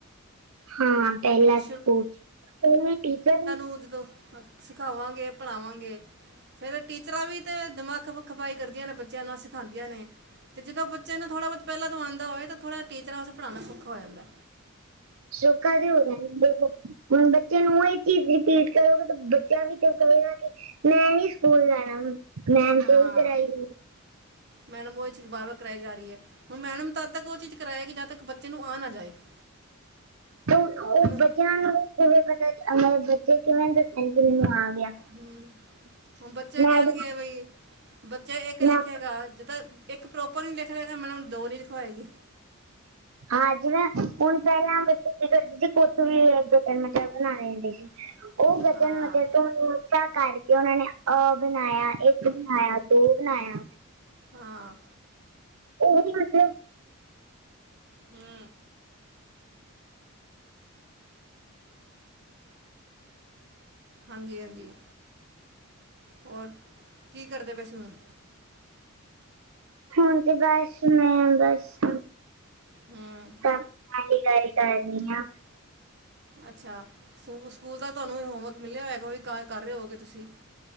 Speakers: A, on the right; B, on the right.
A: ਹਾਂ ਪੈਲਾ
B: ਜੇ
A: ਸਕੂਲ। ੳਵੀ ਟੀਚਰ ਵੀ
B: ਕੂਝਦੋ ਸਿਖਾਵਾਂਗੇ, ਪੜ੍ਹਾਵਾਂਗੇ ਫੇਰ ਟੀਚਰਾਂ ਵੀ ਤੇ ਦਿਮਾਕ ਖਪ ਖਪਾਈ ਕਰਦੀਆਂ ਨੇ, ਬੱਚਿਆਂ ਨਾਲ ਸਿਖਾਦੀਆਂ ਨੇ। ਤੇ ਜਦੋ ਬੱਚ ਨੂੰ ਥੋੜ੍ਹਾ ਬਹੁਤ ਪੈਲਾ ਤੋ ਆਦਾ ਹੋਏ, ਤਾਂ ਥੋੜ੍ਹਾ ਟੀਚਰਾਂ ਵਾਸਤੇ ਪੜ੍ਹਾਨਾ ਸੋਖਾ ਹੋ ਜਾਂਦੈ।
A: <unintelligible> ਹੁਣ ਬੱਚੇ ਨੂੰ ਇਹ ਚੀਜ਼ ਰਿਪੀਟ ਕਰੋਗੇ ਤੇ ਬੱਚਾ ਵੀ ਤੇ ਕਰੇਗਾ ਨੀ। ਮੈਂ ਨੀ ਸਕੂਲ ਜਾਨਾ ਹੁਨ, ਮੈਮ
B: ਹਾਂ
A: ਤੇ ੳਈ ਕਰਾਏ ਗੀ।
B: ਮੈਡਮ ੳਈ ਚੀਜ ਬਾਰ- ਬਾਰ ਕਰਾਈ ਜਾ ਰਹੀ ਏ। ਹੁਣ ਮੈਡਮ ਤਦ ਤੱਕ ੳਹ ਚੀਜ ਕਰਾਏਗੀ ਜਦ ਤੱਕ ਬੱਚੇ ਨੂੰ ਆ ਨਾ ਜਾਏ। <inaudible>
A: ੳਹ ੳਹ
B: ਹੁਣ
A: ਬੱਚਿਆਂ ਨੂੰ ਕਿਵੇਂ ਪਤਾ ਮਤਲਬ ਬੱਚੇ ਕਿਵੇਂ ਦੱਸਣ ਕਿ ਮੈਨੂੰ ਆ ਗਿਆ।
B: ਹੂੰ ਹੁਣ ਬੱਚੇ
A: ਮੈਂ
B: ਕਹਨਗੇ ਬਈ, ਬੱਚਾ ਇੱਕ ਲਿਖੇਗਾ
A: ਮੈਂ
B: ਜਿਦਾ ਇੱਕ ਪ੍ਰੋਪਰ ਨਹੀਂ ਲਿਖ ਰਿਹਾ ਨਾ। ਮੈਨੂੰ ਹੁਣ ਦੋ ਨਹੀਂ ਲਿਖਵਾਏਗੀ।
A: ਹਾਂਜੀ, ਜਿਵੇ ਹੁਣ ਪਹਿਲਾਂ ਬੱਚੇ ਕੀ ਕਰਦੇ ਸੀ, ਕੁਥੋਂ ਵੀ ਗਟਰ ਮਟਰ ਬਣਾਣੇ ਹੁੰਦੇ ਸੀ। ਉਹ ਬਚਨ
B: ਹਾਂ
A: ਮਬ ਤੋਂ <unintelligible> ਇਧਾ ਕਰਕੇ ਉਹਨਾਂ ਨੇ ਅ ਬਣਾਇਆ, ਇਕ ਬਣਾਇਆ, ਦੋ ਬਣਾਇਆ।
B: ਹਾਂ
A: ਓਹ ਵੀ ਹਜੇ <inaudible>
B: ਹੂੰ ਹਾਂਜੀ-ਹਾਂਜੀ, ਹੋਰ ਕੀ ਕਰਦੇ ਪਏ ਸੀ ਹੁਨ?
A: ਹੁਣ ਤੇ ਬੱਸ, ਮੈਂ ਬੱਸ
B: ਹੂੰ
A: ਸ ਹੀ ਗੱਲ ਕਰਨੀ ਆ। <inaudible> <unintelligible>
B: ਅੱਛਾ, ਸਕੂ ਸਕੂਲ ਦਾ ਤੁਹਾਨੂੰ ਵੀ ਹੋਮਵਰਕ ਮਿਲਿਆ ਹੋਏਗਾ, ਓਵੀ ਕਰ ਰਹੇ ਹੋਗੇ, ਤੁਸੀਂ।